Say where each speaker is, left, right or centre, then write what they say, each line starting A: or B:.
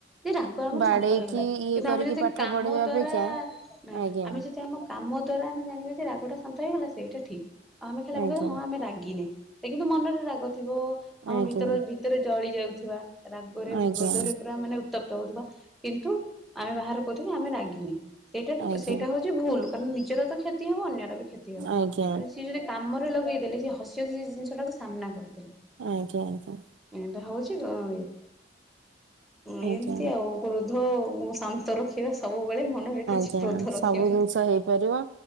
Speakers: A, in the centre; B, on the right.
A: ଯେ ରାଗ ଆମର
B: ବାଡେଇକି
A: ଶାନ୍ତ ହେଇଗଲା।
B: ଇଏ
A: କିନ୍ତୁ
B: କରିକି
A: ଆମେ ଯଦି
B: ପାଠ
A: କାମ
B: ପଢେଇବା
A: ଦ୍ଵାରା
B: ଅପେକ୍ଷା
A: ନା
B: ଆଜ୍ଞା
A: ଆମେ ଯଦି ଆମ କାମ ଦ୍ଵାରା ଆମେ ଜାଣିବା ଯେ ରାଗ ଟା ଶାନ୍ତ ହେଇଗଲା ସେଇଟା ଠିକ। ଆମେ ଖାଲି ଆମେ
B: ଆଜ୍ଞା
A: କହିବା ହଁ ଆମେ ରାଗିନେ। ତ କିନ୍ତୁ ମନରେ ରାଗ ଥିବ ଆମ
B: ଆଜ୍ଞା
A: ଭିତର ଭି ତରେ ଜଳି ଯାଉଥିବା ରାଗରେ
B: ଆଜ୍ଞା
A: କ୍ରୋଧରେ ପୁରା ମାନେ ଉତ୍ତପ୍ ତ ହଉଥୁବା। କିନ୍ତୁ ଆମେ ବାହାରେ କହୁଥୁବା ଆମେ ରାଗିନେ ସେଇଟା
B: ଆଜ୍ଞା
A: ସେଇଟା
B: ଆଜ୍ଞା
A: ହଉଛି ଭୁଲୁ। କାରଣ ନିଜର ତ କ୍ଷତି ହବ ଅନ୍ୟର ବି କ୍ଷତି ହବ।
B: ଆଜ୍ଞା
A: ତଣୁ ସିଏ ଯଦି କାମରେ ଲଗେଇଦେଲେ ସିଏ ହସି ହସି ସେ ଜିନିଷ ସେଟାକୁ ସାମ୍ନା କରିଦେଲେ।
B: ଆଜ୍ଞା, ଆଜ୍ଞା।
A: ଏଇଟା ହଉଛି ଗଁ, ଇଏ ଏମିତି
B: ଆଜ୍ଞା
A: ଆଉ କ୍ରୋଧ ଶାନ୍ତ ରଖିବା ସବୁବେଳେ ମନରେ କିଛି
B: <unintelligible>
A: କ୍ରୋଧ
B: ସବୁ
A: ରଖିବାନି।
B: ଜିନିଷ ହେଇପାରିବ